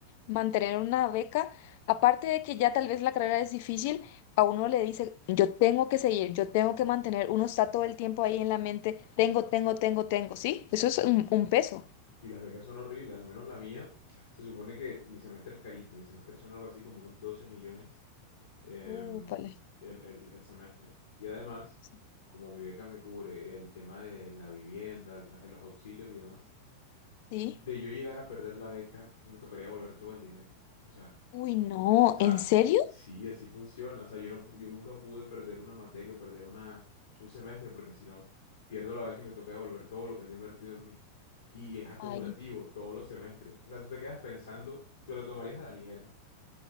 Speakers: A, on the left (about 50°); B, on the left (about 65°).
A: mantener una beca, aparte de que ya tal vez la carrera es difícil, a uno le dice, yo tengo que seguir, yo tengo que mantener, uno está todo el tiempo ahí en la mente, tengo, tengo, tengo, tengo, ¿sí? Eso es un, un peso.
B: Y las becas son horribles, al menos la mía. Se supone que mi semestre es carito, mi semestre son algo así como unos 12 millones em,
A: Uh, vale.
B: el, el- el semestre. Y además,
A: Sí.
B: como mi beca me cubre el tema de la vivienda, el tra- los auxilios y demás,
A: Sí.
B: de yo llegar a perder la beca, me tocaría devolver todo el dinero. O sea,
A: Uy, no,
B: o sea,
A: ¿en serio?
B: sí, así funciona. O sea, yo no, pu- yo nunca pude perder una materia o perder una, un semestre, porque si no, pierdo la vaca y me toca devolver todo lo que se ha invertido en mí. Y es acumulativo,
A: Ay,
B: todos los semestres. O sea, tú te quedas pensando, tú lo tomarías a la ligera.